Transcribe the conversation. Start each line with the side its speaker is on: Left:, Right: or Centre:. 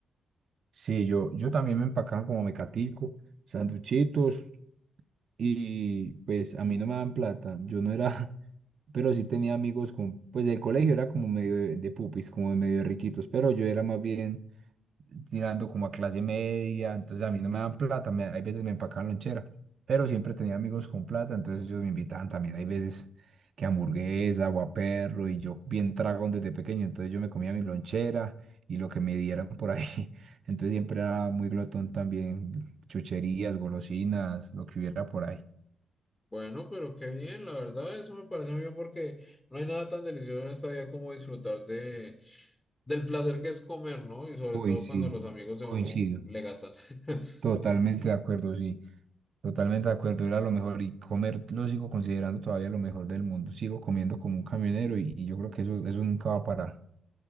Right: sí, yo, yo también me empacaban como mecatico, sanduchitos y pues a mí no me daban plata, yo no era, <laughs> pero sí tenía amigos con, pues el colegio era como medio de, de pupis, como de medio de riquitos, pero yo era más bien tirando como a clase media, entonces a mí no me dan plata, me, hay veces me empacaban lonchera, pero siempre tenía amigos con plata, entonces ellos me invitaban también, hay veces que hamburguesa, guaperro, y yo bien tragón desde pequeño, entonces yo me comía mi lonchera y lo que me dieran por ahí, <laughs> entonces siempre era muy glotón también, chucherías, golosinas, lo que hubiera por ahí.
Left: Bueno, pero qué bien, la verdad, eso me parece muy bien porque no hay nada tan delicioso en esta vida como disfrutar de del placer que es comer, ¿no? Y sobre
Right: Uy,
Left: todo
Right: sí,
Left: cuando los amigos de
Right: coincido,
Left: uno le gastan. <laughs>
Right: totalmente de acuerdo, sí. Totalmente de acuerdo, era lo mejor y comer lo sigo considerando todavía lo mejor del mundo. Sigo comiendo como un camionero y, y yo creo que eso, eso nunca va a parar.